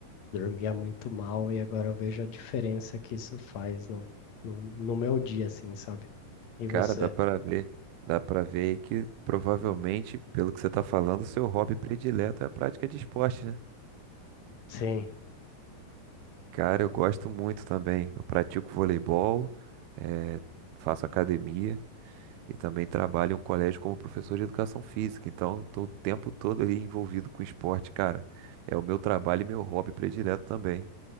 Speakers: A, on the left; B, on the right.
A: dormia muito mal e agora eu vejo a diferença que isso faz no, no, no meu dia, assim, sabe? E
B: cara,
A: você?
B: dá pra ver, dá pra ver aí que provavelmente, pelo que você tá falando, o seu hobby predileto é a prática de esporte, né?
A: Sim,
B: Cara, eu gosto muito também. Eu pratico voleibol, eh, faço academia e também trabalho em um colégio como professor de educação física. Então, estou o tempo todo ali envolvido com esporte, cara. É o meu trabalho e meu hobby predileto também.